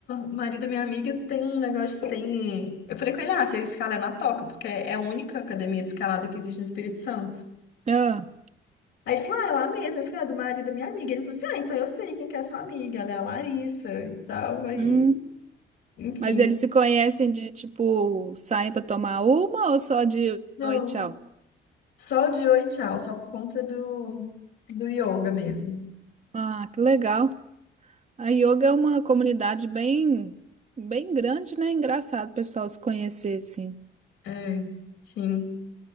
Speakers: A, on the left; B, on the right.
A: o marido da minha amiga tem um negócio, tem... Eu falei com ele, ah, você escala é na Toca, porque é a única academia de escalada que existe no Espírito Santo.
B: Ah,
A: Aí ele falou, ah, é lá mesmo. Eu falei, ah, é do marido da minha amiga. Ele falou assim, ah, então eu sei quem que é sua amiga, ela é a Larissa e tal. Aí,
B: hum,
A: enfim.
B: mas eles se conhecem de tipo, saem pra tomar uma ou só de
A: Não,
B: oi, tchau?
A: só de oi, tchau, só por conta do, do yoga mesmo.
B: Ah, que legal. A yoga é uma comunidade bem, bem grande, né? Engraçado, o pessoal se conhecer, assim.
A: É, sim.